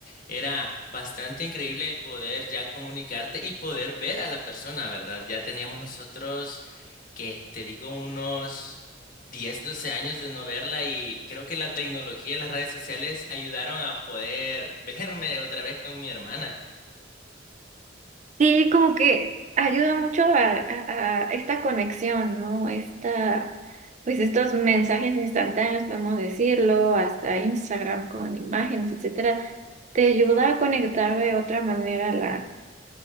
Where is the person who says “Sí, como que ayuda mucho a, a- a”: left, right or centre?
Right